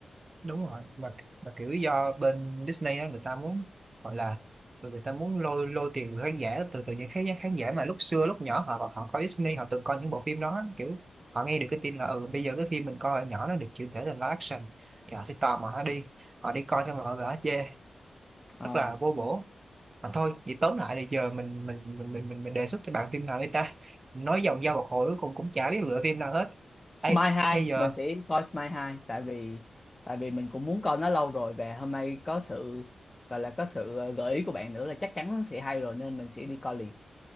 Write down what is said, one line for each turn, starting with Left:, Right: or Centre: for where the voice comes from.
Right: đúng rồi mà mà kiểu do bên Disney á người ta muốn gọi là người người ta muốn lôi lôi tiền từ khán giả từ từ những khán khán giả mà lúc xưa lúc nhỏ họ họ coi Disney họ từng coi những bộ phim đó kiểu họ nghe được cái tin là ừ bây giờ cái phim mình coi hồi nhỏ nó được chuyển thể thành live action thì họ sẽ tò mò họ đi họ đi coi xong rồi họ về họ chê
Left: Ờ.
Right: rất là vô bổ mà thôi vậy tóm lại là giờ mình mình mình mình mình, mình đề xuất cho bạn phim nào đi ta nói vòng ra một hồi cuối cùng cũng chả biết lựa phim nào hết
Left: Smile
Right: Ê,
Left: 2
Right: hay giờ
Left: mình sẽ coi Smile 2 tại vì tại vì mình cũng muốn coi nó lâu rồi và hôm nay có sự gọi là có sự ờ, gợi ý của bạn nữa là chắc chắn nó sẽ hay rồi nên mình sẽ đi coi liền